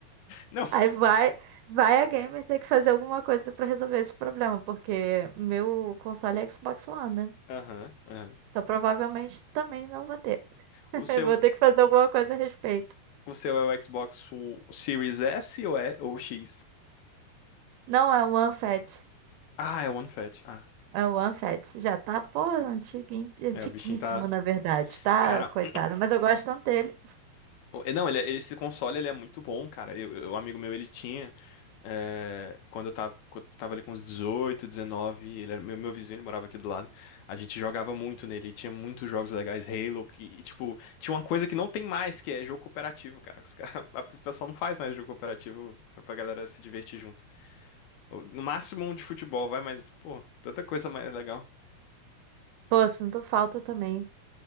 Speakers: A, on the left (about 75°); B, on the right (about 75°).
A: Não.
B: Aí vai, vai a gamer ter que fazer alguma coisa pra resolver esse problema, porque meu console é Xbox One, né?
A: Aham, aham.
B: Então provavelmente também não vou ter. <laughs>
A: O seu,
B: Eu vou ter que fazer alguma coisa a respeito.
A: o seu é o Xbox o Series S ou é ou X?
B: Não é o One OneFat.
A: Ah, é o One Fat. Ah,
B: É o One OneFat. Já tá, pô, antiguinho, antiguíssimo,
A: é, o bichinho tá,
B: na verdade, tá?
A: cara,
B: Coitado. Mas eu gosto tanto dele.
A: o- não, ele é- esse console ele é muito bom, cara. Eu, eu- um amigo meu ele tinha É, quando eu tava, quando eu tava ali com uns 18, 19, ele era meu, meu vizinho, ele morava aqui do lado. A gente jogava muito nele, e tinha muitos jogos legais, Halo, que, e, tipo, tinha uma coisa que não tem mais, que é jogo cooperativo, cara. Os cara, <laughs> a- o pessoal não faz mais jogo cooperativo pra, pra galera se divertir junto. No máximo um de futebol, vai, mas, pô, tanta coisa mais legal.
B: Pô, sinto falta também.